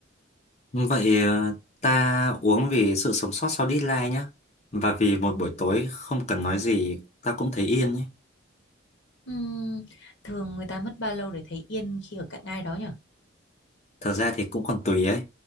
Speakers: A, on the left (about 35°); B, on the left (about 70°).
A: Vậy ờ, ta uống vì sự sống sót sau deadline nhá. Và vì một buổi tối không cần nói gì, ta cũng thấy yên ấy.
B: Ừm, thường người ta mất bao lâu để thấy yên khi ở cạnh ai đó nhỉ?
A: Thật ra thì cũng còn tùy ấy.